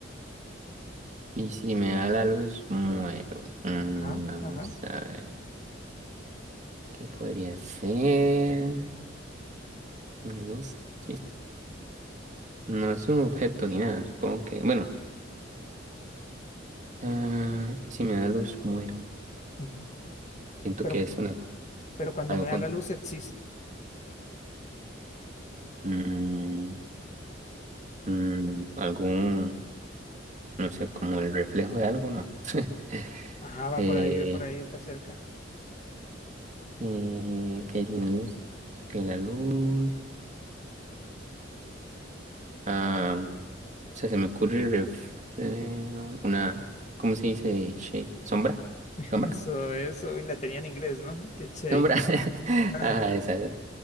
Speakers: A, on the right; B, on the left.
A: Y si me da la luz, muero. Mm,
B: Ajá,
A: vamos
B: ajá.
A: a ver. ¿Qué podría ser? Sin Luz. sí, No es un objeto ni nada, supongo que. Bueno, ah, si me da luz, muero.
B: Mm.
A: Siento
B: Pero,
A: que es una,
B: pero cuando
A: algo
B: me da
A: con.
B: la luz, existo.
A: mm, mm, algún. No sé, como el reflejo de algo, ¿no? <laughs>
B: Ajá, va
A: eh,
B: por ahí, va por ahí, está cerca.
A: eh, que sin luz, que la luz. Ah, o sea, se me ocurre ref- eh, una. ¿Cómo se dice? Shade. ¿Sombra?
B: <laughs>
A: ¿Sombra?
B: Eso, eso. Y la tenía en inglés, ¿no? Qué chévere.
A: ¿Sombra? <laughs>
B: <laughs>
A: Ah, esa,